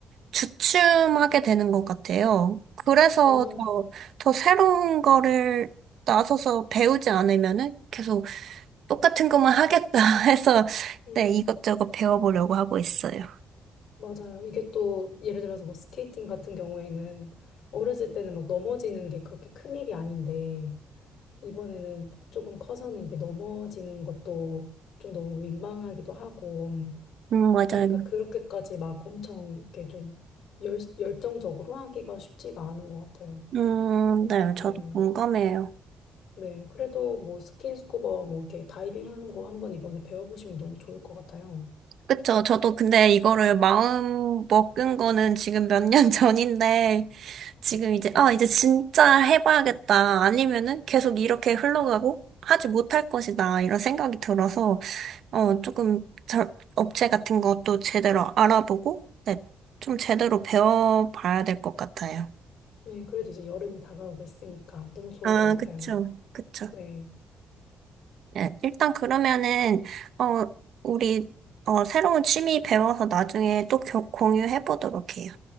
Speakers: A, on the right; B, on the left.
A: 주춤하게 되는 것 같아요. 그래서
B: 맞아요.
A: 더, 더 새로운 거를 나서서 배우지 않으면은 계속 똑같은 것만 하겠다 <laughs> 해서
B: 음,
A: 네, 이것저것 배워보려고 하고 있어요.
B: 맞아요. 이게 또 예를 들어서 뭐 스케이팅 같은 경우에는 어렸을 때는 막 넘어지는 게 그렇게 큰일이 아닌데 이번에는 조금 커서는 이게 넘어지는 것도 좀 너무 민망하기도 하고
A: 음, 맞아요.
B: 하니그니까 그렇게까지 막 엄청 이렇게 좀 열, 열정적으로 하기가 쉽지가 않은 것 같아요.
A: 음, 네,
B: 네.
A: 저도 공감해요.
B: 네. 그래도 뭐 스킨스쿠버 뭐 이렇게 다이빙 하는 거 한번 이번에 배워보시면 너무 좋을 것 같아요.
A: 그쵸. 저도 근데 이거를 마음 먹은 거는 지금 몇 년 <laughs> 전인데, 지금 이제, 아, 이제 진짜 해봐야겠다. 아니면은 계속 이렇게 흘러가고 하지 못할 것이다. 이런 생각이 들어서, 어,
B: 음.
A: 조금 자, 업체 같은 것도 제대로 알아보고, 네, 좀 제대로 배워봐야 될 것 같아요.
B: 네. 그래도 이제 여름이 다가오고 있으니까 너무 좋을
A: 아,
B: 것 같아요.
A: 그쵸, 그쵸.
B: 네.
A: 네, 일단 그러면은, 어, 우리, 어, 새로운 취미 배워서 나중에 또 교- 공유해보도록 해요.